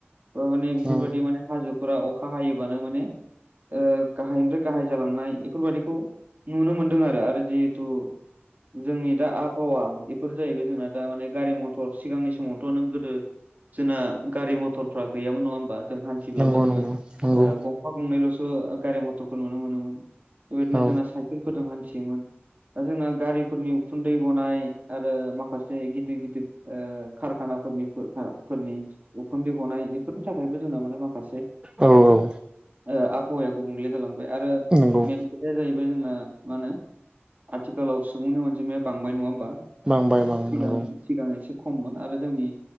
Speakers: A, on the right (about 40°); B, on the right (about 20°).
A: बा माने बेफोरबायदि
B: उम
A: माने हाजोफोरा अखा हायोबानो माने ओ गाहायनिफ्राय गाहाय जालांनाय बेफोरबायाददिखौ नुनो मोनदों आरो आरो जिहेथु जोंनि दा आबहावा बेफोर जाहैबाय जोंना दा माने गारि मथर सिगांनि समावथ' नों गोदो जोंना गारि मथरफ्रा गैयामोन नङा होमबा जों हानथि फब्लाबो
B: नंगौ
A: जोङो
B: नंगौ नंगौ
A: ओ गंफा गंनैल'सो गारि मथरखौ नुनो मोनोमोन। बेबायदिनो
B: औ
A: जोंना साइकेलफोरजों हान्थियोमोन। दा जोंना गारिफोरनि उखुन्दै गनाय आरो माखासे गिदिर गिदिर ओ खारखानाफोरनि फोरनि उखुन्दै गनाय इफोरनि थाखायबो जोंना माने मा खासे
B: औ औ
A: ओ आबहावाया गुबुंले जालांबाय आरो
B: नंगौ
A: मेन जोंना मा होनो आथिखालाव सुबुंनि अनजिमाया बांबाय नङा होमबा।
B: बांबाय बां
A: सिगां
B: नंगौ।
A: सिगां एसे खममोन आरो जोंनि